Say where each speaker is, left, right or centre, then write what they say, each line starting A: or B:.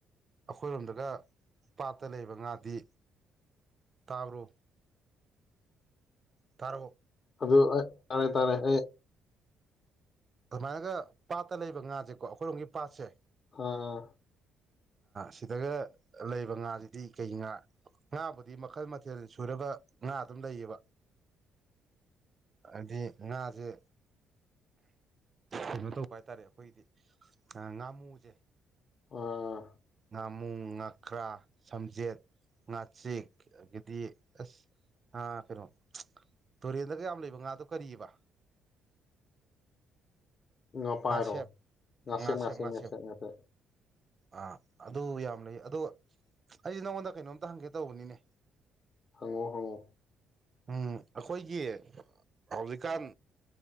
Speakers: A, on the right; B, on the left.
A: ꯑꯩꯈꯣꯏꯔꯣꯝꯗꯒ ꯄꯥꯠꯇ ꯂꯩꯕ ꯉꯥꯗꯤ ꯇꯥꯕ꯭ꯔꯣ ꯄꯔꯕꯛ
B: ꯑꯗꯨ ꯇꯥꯔꯦ ꯇꯥꯔꯦ ꯑꯩ
A: ꯑꯗꯨꯃꯥꯏꯅꯒ ꯄꯥꯠꯇ ꯂꯩꯕ ꯉꯥꯁꯦꯀꯣ ꯑꯩꯈꯣꯏꯔꯣꯝꯒꯤ ꯄꯥꯠꯁꯦ
B: ꯑꯥ
A: ꯁꯤꯗꯒ ꯂꯩꯕ ꯉꯥꯁꯤꯗꯤ ꯀꯩ ꯉꯥ ꯉꯥꯕꯨꯗꯤ ꯃꯈꯜ ꯃꯊꯦꯜ ꯁꯨꯔꯕ ꯉꯥ ꯑꯗꯨꯝ ꯂꯩꯌꯦꯕ ꯍꯥꯏꯗꯤ ꯉꯥꯁꯦ ꯀꯩꯅꯣ ꯇꯧꯕ ꯍꯥꯏꯇꯥꯔꯦ ꯑꯩꯈꯣꯏꯒꯤꯗꯤ ꯉꯥꯃꯨꯁꯦ
B: ꯑꯥ
A: ꯉꯥꯃꯨꯡ ꯉꯥꯀ꯭ꯔꯥ ꯁꯝꯖꯦꯠ ꯉꯥꯆꯛ ꯑꯗꯒꯤꯗꯤ ꯑꯁ ꯀꯩꯅꯣ ꯇꯨꯔꯦꯟꯗꯒ ꯌꯥꯝ ꯂꯩꯕ ꯉꯥꯗꯣ ꯀꯔꯤꯔꯤꯕ
B: ꯎꯄꯥꯏꯔꯣ
A: ꯉꯥꯁꯦꯞ
B: ꯉꯁꯦ
A: ꯉꯥꯁꯦꯞ
B: ꯃꯁꯤꯦ
A: ꯉꯥꯁꯦꯞ
B: ꯃꯁꯦꯁꯦ
A: ꯑꯥ ꯑꯗꯨ ꯌꯥꯝ ꯂꯩ ꯑꯗꯣ ꯑꯩꯁꯦ ꯅꯉꯣꯟꯗ ꯀꯩꯅꯣꯝꯇ ꯍꯪꯒꯦ ꯇꯧꯕꯅꯤꯅꯦ
B: ꯍꯪꯉꯣ ꯍꯉꯣ
A: ꯎꯝ ꯑꯩꯈꯣꯏꯒꯤ ꯍꯧꯖꯤꯛꯀꯥꯟ